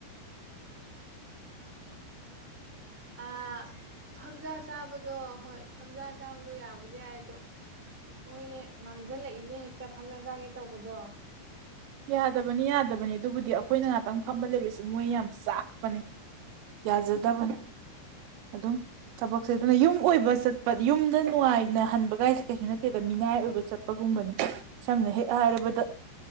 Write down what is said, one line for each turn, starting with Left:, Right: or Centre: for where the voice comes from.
Centre: ꯑ ꯐꯝꯖꯥ ꯆꯥꯕꯗꯣ ꯍꯣꯏ ꯐꯝꯖꯥ ꯆꯥꯕꯗꯣ ꯌꯥꯕꯨꯗꯤ ꯌꯥꯏ ꯑꯗꯣ ꯃꯣꯏꯅ ꯉꯥꯡꯖꯜꯂꯛꯏꯅꯦ ꯍꯦꯛꯇ ꯐꯝꯖꯥ ꯆꯥꯒꯦ ꯇꯧꯕꯗꯣ
Right: ꯌꯥꯗꯕꯅꯤ ꯌꯥꯗꯕꯅꯤ ꯑꯗꯨꯕꯨꯗꯤ ꯑꯈꯣꯏꯅ ꯉꯥꯛꯇꯪ ꯐꯝꯕ ꯂꯩꯕꯁꯤ ꯃꯣꯏ ꯌꯥꯝ ꯆꯥꯛꯄꯅꯤ ꯌꯥꯖꯗꯕꯅꯦ ꯑꯗꯨꯝ ꯊꯕꯛꯁꯦ ꯑꯗꯨꯅ ꯌꯨꯝ ꯑꯣꯏꯕ ꯆꯠꯄ ꯌꯨꯝꯗ ꯅꯨꯡꯉꯥꯏꯅ ꯍꯟꯕꯒꯥꯏꯁꯦ ꯀꯩꯁꯨ ꯅꯠꯇꯦꯕ ꯃꯤꯅꯥꯏ ꯑꯣꯏꯕ ꯆꯠ ꯄꯒꯨꯝꯕꯅꯤ ꯁꯝꯅ ꯍꯦꯛ ꯍꯥꯏꯔꯕꯗ